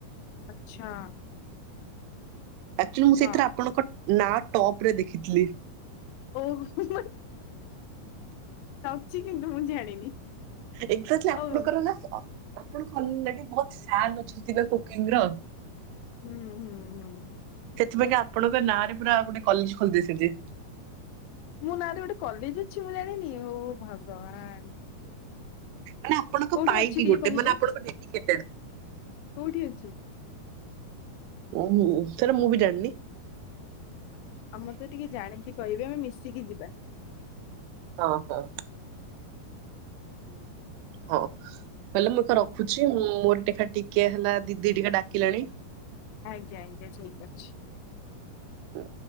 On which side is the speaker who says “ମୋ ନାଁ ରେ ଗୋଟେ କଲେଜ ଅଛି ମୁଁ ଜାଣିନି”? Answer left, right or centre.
Left